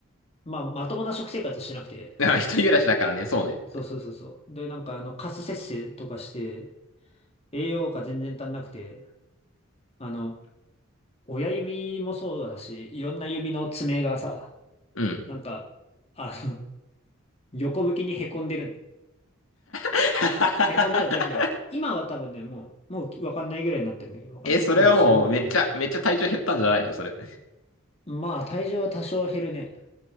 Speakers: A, on the left; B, on the left.
A: まあ、まともな食生活してなくて。
B: だから一人暮らしだからね、そうね。
A: そうそうそうそう。で、なんか、あの、カス摂取とかして、栄養価全然足んなくて、あの、親指もそうだし、いろんな指の爪がさ、
B: うん。
A: なんか、あの、<laughs> 横向きにへこんでる
B: <laughs>
A: へこんでた時があった。今は多分ね、もう、もうわかんないぐらいになってるんだけど、わかんないぐらいだし、
B: え、それはもうめっちゃ、
A: もうないんだけど。
B: めっちゃ体調減ったんじゃないのそれ。
A: まあ、体重は多少減るね。